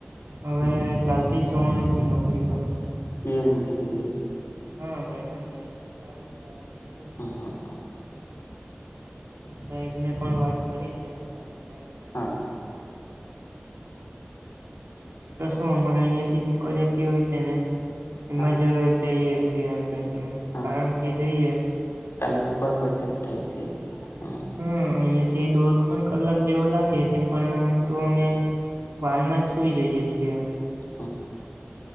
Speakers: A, on the right (about 85°); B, on the left (about 85°).
A: હવે કાલ. તે ત્રળ હશું નોકરી પર. હવે
B: હ જવ
A: હમણાં
B: મુકીટલે.
A: હા બે ત્રણ દિવસથી સારું છે આરામ કર્યો હતો.
B: હમ હમ હમ
A: સાહેબ ને પણ વાત કરી છે હવે કાલથી કયા વિષય
B: હા
A: કરને એમ તો શું અમારે અહિયાં થી ઈકો જતી હોય છે ને એમ
B: હા
A: જ જઈએ છીએ આમ બેસીને
B: હા
A: આરામ થી જઈએ.
B: ટાઈમ પણ બચત થાય છે હમ
A: હ અહિયાં થી દોઢ ખણ કલાક જેવો લાગે તેમ પણ
B: હમ
A: તો અમે વાન માં જ સુઈ જઈએ છીએ એમ
B: હા